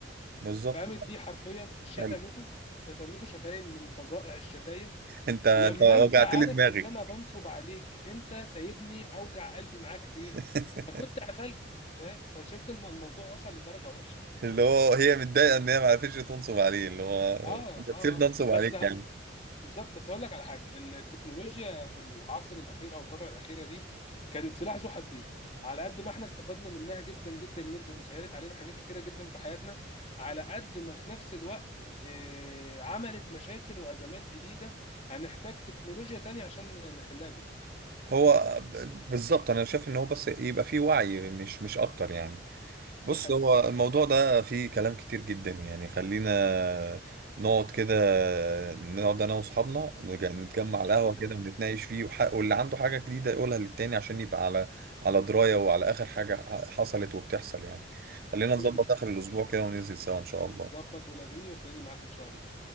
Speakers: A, on the right (about 50°); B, on the left (about 35°).
A: بالظبط
B: فقامت دي حرفيا شتمته
A: حلو.
B: شتمته شتايم من فظائع الشتايم
A: انت انت
B: لما
A: وجعت
B: انت عارف
A: لي دماغي
B: ان انا بنصب عليك انت سايبني اوجع قلبي معاك ليه
A: <laughs>
B: ما كنت قفلت فاهم فشفت الم- الموضوع وصل لدرجه وحشه
A: اللي هو هي متضايقه ان هي ما عرفتش تنصب عليه اللي هو
B: اه
A: انت
B: اه
A: تسيبني
B: اه
A: انصب عليك
B: بس ه-
A: يعني
B: بالظبط بس هقول لك على حاجه التكنولوجيا في العصر الاخير او الفتره الاخيره دي كانت سلاح ذو حدين على قد ما احنا استفدنا منها جدا جدا جدا وسهلت علينا حاجات كتيره جدا في حياتنا على قد ما في نفس الوقت آه، عملت مشاكل وازمات جديده هنحتاج تكنولوجيا تانية عشان نحلها بيها
A: هو ب- بالظبط انا شايف ان هو بس يبقى فيه وعي مش مش اكتر يعني بص
B: دي حقيقة
A: هو الموضوع ده فيه كلام كتير جدا يعني خلينا نقعد كده نقعد انا واصحابنا نج- نتجمع
B: ان
A: على
B: شاء
A: القهوه
B: الله
A: كده ونتناقش فيه وح- واللي عنده حاجه جديده يقولها للتاني عشان يبقى على على درايه وعلى اخر حاجه ح- حصلت وبتحصل يعني خلينا
B: مفيش
A: نظبط
B: مشكله
A: اخر
B: يا
A: الاسبوع
B: صديقي
A: كده وننزل سوا ان شاء الله
B: ظبط ولاغيني وتلاقيني معاك ان شاء الله